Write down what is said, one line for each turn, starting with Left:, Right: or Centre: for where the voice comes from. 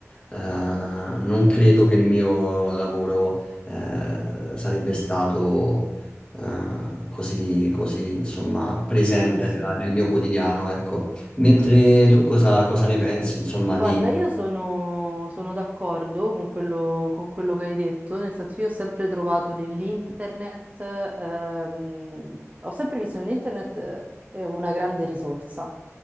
Left: eh, non credo che il mio lavoro eh, sarebbe stato eh, così, così, insomma, presente
Right: sì sì.
Left: nella- nel mio quotidiano, ecco. Mentre tu cosa, cosa ne pensi, insomma,
Right: Guarda,
Left: di,
Right: io sono, sono d'accordo con quello, con quello che hai detto, nel senso io ho sempre trovato nell'internet, ehm, ho sempre visto nell'internet eh, eh, una grande risorsa,